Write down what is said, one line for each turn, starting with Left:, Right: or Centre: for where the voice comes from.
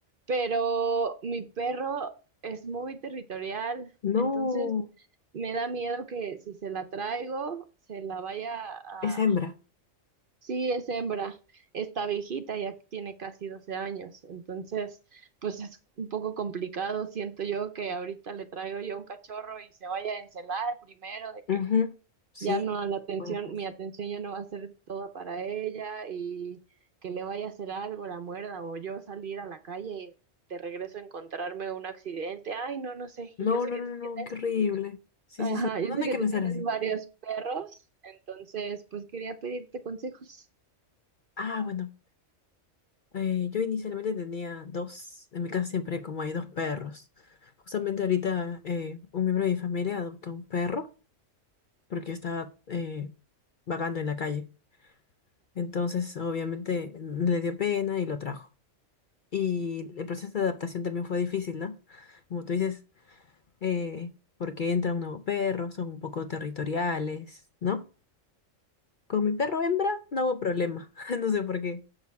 Right: pero mi perro es muy territorial,
Left: No,
Right: entonces me da miedo que si se la traigo, se la vaya a
Left: es hembra.
Right: Sí, es hembra, está viejita, ya tiene casi 12 años, entonces pues es un poco complicado, siento yo que ahorita le traigo yo un cachorro y se vaya a encelar primero, de que
Left: Ujú. Sí,
Right: ya no la atención,
Left: puede pasar.
Right: mi atención ya no va a ser toda para ella y que le vaya a hacer algo, la muerda o yo salir a la calle y de regreso encontrarme un accidente, ay no, no sé,
Left: No,
Right: y yo sé
Left: no,
Right: que
Left: no,
Right: tú
Left: no,
Right: tienes,
Left: no, qué horrible. Sí,
Right: ajá,
Left: sí, sí. No,
Right: yo
Left: no
Right: sé
Left: no hay
Right: que
Left: que
Right: tú
Left: pensar
Right: tienes
Left: así.
Right: varios perros, entonces pues quería pedirte consejos.
Left: Ah, bueno, eh, yo inicialmente tenía dos, en mi casa siempre como hay dos perros. Justamente ahorita eh, un miembro de mi familia adoptó un perro porque estaba eh, vagando en la calle. Entonces, obviamente, le dio pena y lo trajo. Y el proceso de adaptación también fue difícil, ¿no? Como tú dices, eh, porque entra un nuevo perro, son un poco territoriales, ¿no? Con mi perro hembra no hubo problema, <laughs> no sé por qué,